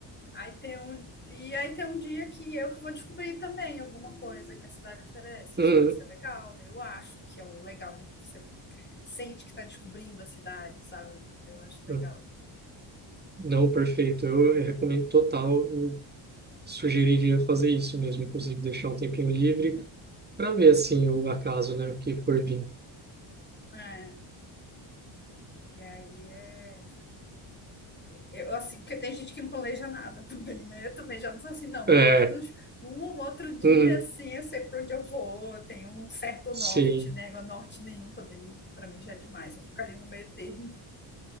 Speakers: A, on the left; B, on the right.
A: Aí tem um, e aí tem um dia que eu que vou descobrir também alguma coisa que a cidade oferece.
B: Uhum,
A: Isso pode ser legal, né? Eu acho que é o legal de você sente que está descobrindo a cidade, sabe? Eu acho legal.
B: uhum. Não, perfeito. Eu recomendo total. sugeriria fazer isso mesmo, inclusive deixar um tempinho livre para ver assim o acaso, né, o que for vir.
A: É, que aí é. Eu, assim, porque tem gente que não planeja nada <laughs> também, né? Eu também já não sou assim, não.
B: É,
A: Pelo menos um ou outro dia,
B: uhum,
A: assim, eu sei para onde eu vou, eu tenho um certo
B: sim,
A: norte, né? Agora, norte nenhum também, para mim já é demais, eu fico ali no meio termo.